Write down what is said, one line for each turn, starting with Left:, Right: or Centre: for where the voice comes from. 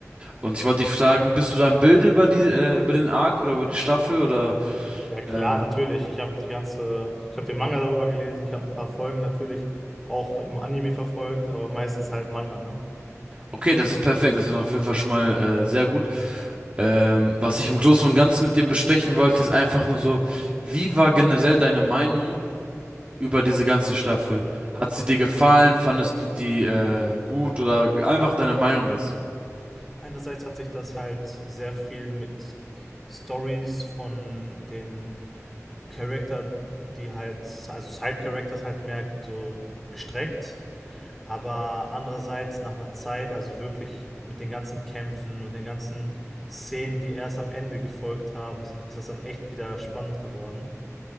Right: Und ich wollte dich fragen, bist du da im Bilde über die, äh, über den Arc oder über die Staffel oder
Centre: Ja klar,
Right: äh,
Centre: natürlich. Ich habe die ganze, ich habe den Manga darüber gelesen, ich habe ein paar Folgen natürlich auch im Anime verfolgt, aber meistens halt Manga, ne?
Right: okay, das ist perfekt, das ist auf jeden Fall schon mal äh, sehr gut. Ähm, was ich im Großen und Ganzen mit dir besprechen wollte, ist einfach nur so, wie war generell deine Meinung über diese ganze Staffel? Hat sie dir gefallen? Fandest du die äh, gut oder einfach deine Meinung dazu?
Centre: Einerseits hat sich das halt sehr viel mit Stories von den Charakter, die halt, also Side-Characters halt mehr so gestreckt. Aber andererseits nach einer Zeit, also wirklich mit den ganzen Kämpfen und den ganzen Szenen, die erst am Ende gefolgt haben, sind, ist es dann echt wieder spannend geworden,